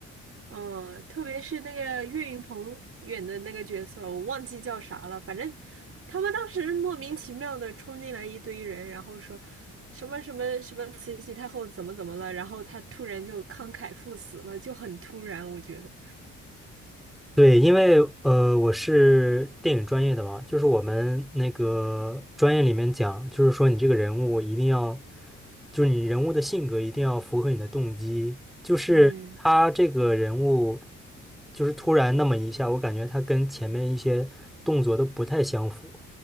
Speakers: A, on the right; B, in the centre.
A: 嗯，特别是那个岳云鹏演的那个角色，我忘记叫啥了。反正他们当时莫名其妙的冲进来一堆人，然后说什么什么什么慈禧太后怎么怎么了，然后他突然就慷慨赴死了，就很突然，我觉得。
B: 对，因为呃，我是电影专业的嘛，就是我们那个专业里面讲，就是说你这个人物一定要，就是你人物的性格一定要符合你的动机。就是他这个人物，
A: 嗯
B: 就是突然那么一下，我感觉他跟前面一些动作都不太相符。